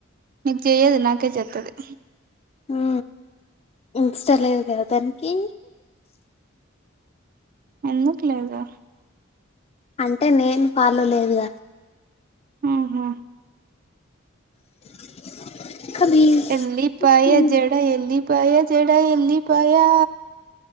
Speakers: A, on the right (about 45°); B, on the left (about 30°).
A: నీకు చెయ్యదు నాకే చెత్తది
B: ఆ ఇన్స్ట లేదు కదా దానికి
A: ఎందుకులేదు
B: అంటే నేను పాలో లేదుగ
A: ఉహు
B: <unintelligible>
A: ఎల్లి పయా
B: మ్మ్.
A: జడా ఎల్లి పయా జడా ఎల్లి పయా